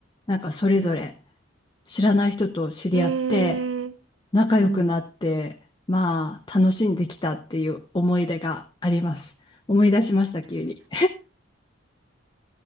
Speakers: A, on the left; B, on the right.
A: なんかそれぞれ
B: うん。
A: 知らない人と知り合って、
B: えー、
A: 仲良くなって、
B: うん。
A: まあ、楽しんできたっていう思い出があります。思い出しました、急に。